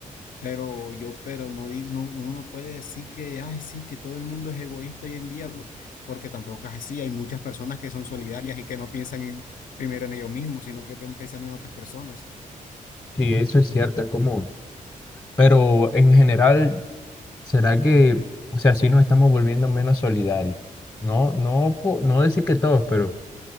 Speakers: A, on the left; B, on the left.
A: Pero yo, pero no, digo, no, uno no puede decir que, ay, sí, que todo el mundo es egoísta hoy en día, por- porque tampoco es así. Hay muchas personas que son solidarias y que no piensan en, primero en ellos mismos, sino que piensan en otras personas.
B: Sí, eso es cierto, es como... Pero en general ¿Será que, o sea, sí nos estamos volviendo menos solidarios? No, no, po- no decir que todos, pero